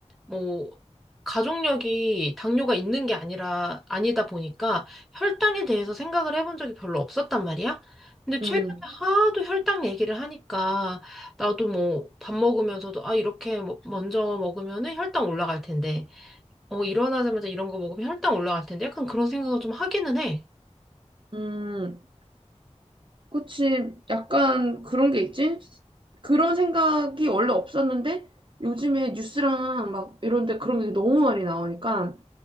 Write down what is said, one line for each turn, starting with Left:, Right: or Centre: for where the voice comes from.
Centre: 뭐 가족력이 당뇨가 있는 게 아니라 아니다 보니까 혈당에 대해서 생각을 해본 적이 별로 없었단 말이야. 근데 최근에
Right: 음,
Centre: 하도 혈당 얘기를 하니까 나도 뭐 밥 먹으면서도 아 이렇게 뭐- 먼저 먹으면은 혈당 올라갈 텐데 어 일어나자마자 이런 거 먹으면 혈당 올라갈 텐데 약간 그런 생각을 좀 하기는 해.
Right: 음. 그치, 약간 그런 게 있지? 그런 생각이 원래 없었는데 요즘에 뉴스랑 막 이런 데 그런 게 너무 많이 나오니까